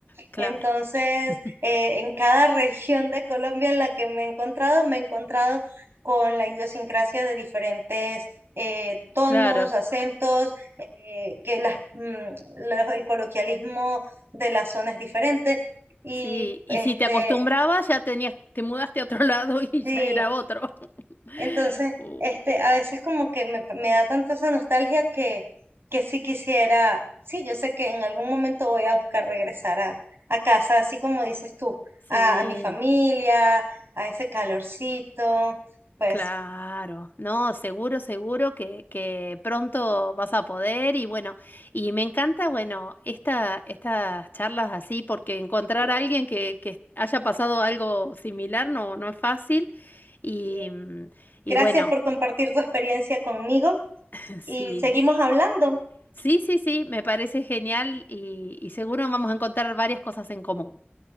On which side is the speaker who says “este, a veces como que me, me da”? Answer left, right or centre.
Right